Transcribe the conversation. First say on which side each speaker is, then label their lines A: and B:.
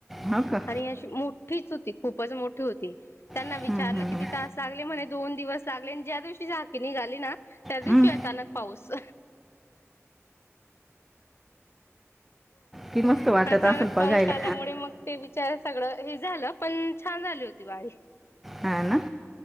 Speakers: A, in the centre; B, on the left (about 55°).
A: हा का
B: आणि अशी मोठीच होती खूपच मोठी होती त्यांना
A: हम्म,
B: विचारलं
A: हम्म,
B: किती
A: हम्म.
B: तास लागले म्हणे दोन दिवस लागले आणि ज्या दिवशी झाकी निघाली ना त्या दिवशी
A: हम्म.
B: अचानक पाऊस
A: <unintelligible> किती मस्त वाटत
B: अचानक
A: असेल बघायला
B: पाऊस आल्यामुळे मग ते सगळं हे झालं पण छान झाली होती वारी
A: हा ना